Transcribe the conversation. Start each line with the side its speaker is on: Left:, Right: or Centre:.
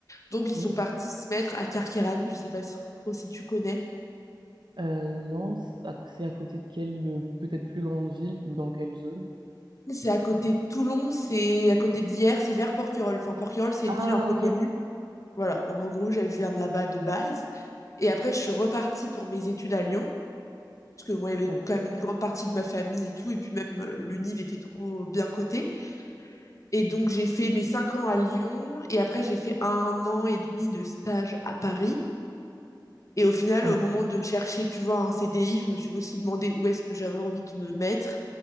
Left: Donc, ils
Right: Hmm.
Left: sont partis se mettre à Carqueiranne. Je sais pas si- trop si tu connais.
Right: Euh, non, c'est à c'est à côté de quelle euh, peut-être plus grande ville ou dans quelle zone?
Left: C'est à côté de Toulon, c'est à côté d'Hyères, c'est vers Porquerolles. Enfin, Porquerolles, c'est
Right: Ah,
Left: une île un peu
Right: ok.
Left: connue. Voilà. Donc, en gros, je je viens de là-bas de base. Et après, je suis repartie pour mes études à Lyon. parce que moi, il y avait
Right: Ok,
Left: quand même une grande partie de ma famille et tout, et puis même euh, le était trop bien coté. Et donc, j'ai fait mes cinq ans à Lyon, et après, j'ai fait un an et demi de stage à Paris. Et au final,
Right: ok.
Left: au moment de chercher, tu vois, un CDI, je me suis aussi demandé où est-ce que j'avais envie de me mettre.